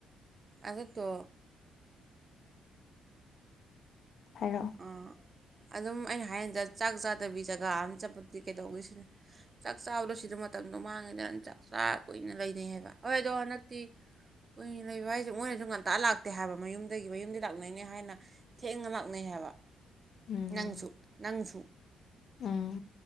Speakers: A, on the right (about 35°); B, on the left (about 60°).
A: ꯑꯗꯨꯗꯣ
B: ꯍꯥꯏꯔꯛꯑꯣ
A: ꯑꯥ ꯑꯗꯨꯝ ꯑꯩꯅ ꯍꯥꯏꯖꯤꯗ ꯆꯥꯛ ꯆꯥꯗꯕꯤ ꯖꯒꯥ ꯑꯃ ꯆꯠꯄꯗꯤ ꯀꯩꯗꯧꯋꯦꯁꯤꯅꯦ ꯆꯥꯛ ꯆꯥꯕꯗꯣ ꯁꯤꯗ ꯃꯇꯝꯗꯣ ꯃꯥꯡꯉꯤꯗ ꯆꯥꯛ ꯆꯥ ꯀꯨꯏꯅ ꯂꯩꯅꯩ ꯍꯥꯏꯕ ꯍꯣꯏ ꯑꯗꯣ ꯍꯟꯗꯛꯇꯤ ꯀꯨꯏꯅ ꯂꯩꯕ ꯍꯥꯏꯁꯦ ꯃꯣꯏꯅꯁꯨ ꯉꯟꯇꯥ ꯂꯥꯛꯇꯦ ꯍꯥꯏꯕ ꯃꯌꯨꯝꯗꯒꯤ ꯃꯌꯨꯝꯗꯤ ꯂꯥꯛꯅꯩꯅꯦ ꯍꯥꯏꯅ ꯊꯦꯡꯅ ꯂꯥꯛ ꯅꯩ ꯍꯥꯏꯕ
B: ꯎꯝ
A: ꯅꯪꯖꯨ ꯅꯪꯖꯨ
B: ꯎꯝ